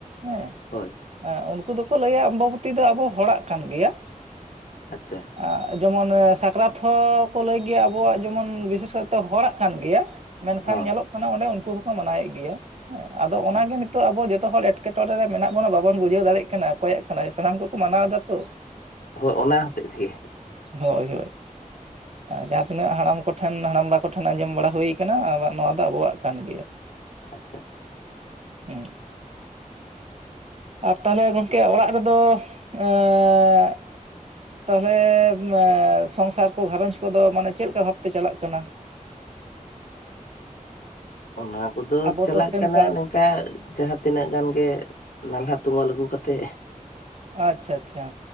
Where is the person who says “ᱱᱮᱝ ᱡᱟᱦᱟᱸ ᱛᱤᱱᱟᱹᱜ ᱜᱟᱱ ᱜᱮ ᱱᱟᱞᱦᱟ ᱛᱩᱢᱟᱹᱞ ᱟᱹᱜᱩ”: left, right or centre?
Left